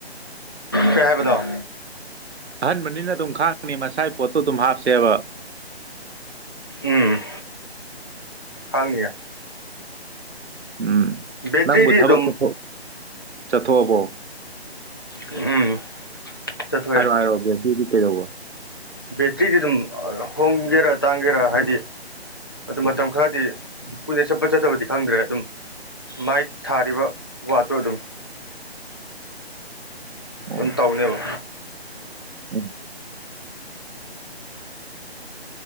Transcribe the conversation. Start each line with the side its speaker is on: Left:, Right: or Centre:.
Left: ꯀꯍꯦꯕꯗꯥꯑꯣ
Right: ꯑꯍꯟꯕꯅꯤꯅ ꯑꯗꯨꯝ ꯈꯥꯡꯅꯤ ꯃꯁꯥꯏꯒꯤ ꯄꯣꯠꯇꯣ ꯑꯗꯨꯝ ꯍꯥꯞꯁꯦꯕ
Left: ꯎꯝ ꯍꯥꯡꯒꯌꯥ
Right: ꯎꯝ
Left: ꯕꯦꯇ꯭ꯔꯤꯗꯤ
Right: ꯅꯪꯕꯨ ꯊꯕꯛ
Left: ꯑꯗꯨꯝ
Right: ꯆꯠꯊ ꯆꯠꯊꯣꯛꯑꯕꯣ
Left: ꯎꯝ ꯆꯠꯊꯣꯛꯑꯦ
Right: ꯍꯥꯏꯔꯣ ꯍꯥꯏꯔ ꯁꯤꯗꯤꯩꯗꯧꯕꯣ
Left: ꯕꯦꯇ꯭ꯔꯤꯗꯤ ꯑꯗꯨꯝ ꯍꯣꯡꯒꯦꯔꯥ ꯇꯥꯡꯒꯦꯔ ꯍꯥꯏꯗꯤ ꯑꯗꯨ ꯃꯇꯝ ꯈꯔꯗꯤ ꯀꯨꯏꯅ ꯆꯠꯄ ꯆꯠꯇꯕꯗꯤ ꯈꯪꯗ꯭ꯔꯦ ꯑꯗꯨꯝ ꯃꯥꯏ ꯊꯥꯔꯤꯕ ꯋꯥꯠꯇꯣ ꯑꯗꯨꯝ
Right: ꯑꯣ
Left: ꯑꯗꯨꯝ ꯇꯧꯅꯦꯕ
Right: ꯎꯝ